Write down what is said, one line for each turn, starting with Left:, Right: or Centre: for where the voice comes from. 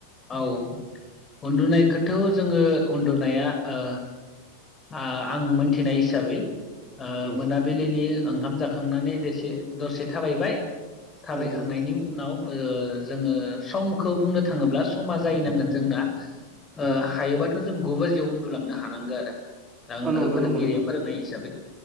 Left: औ उन्दुनायखौथ' जोङो उन्दुनाया ओ आं मोनथिनाय हिसाबै ओ
Right: उम
Left: मोनाबिलिनि ओंखाम जा खांनानै दसे दसे थाबायबाय थाबायखांनायनि
Right: उम उम
Left: उनाव ओ जोङो समखौ बुंनो थाङोब्ला समा जाहैनांगोन जोंना ओ
Right: उम
Left: हायोबाथ' जों गुबाजिआवनो जों उन्दुलांनो हानांगोन आरो। आंखौ
Right: ओ नंगौ
Left: फोरोंगिरिया
Right: नंगौ नोंथां
Left: फोरोंनाय हिसाबै